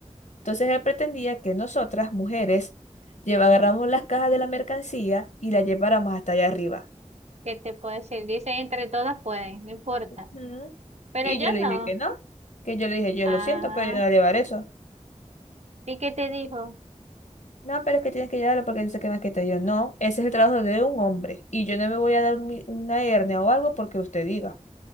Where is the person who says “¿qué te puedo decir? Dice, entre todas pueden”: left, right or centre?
Right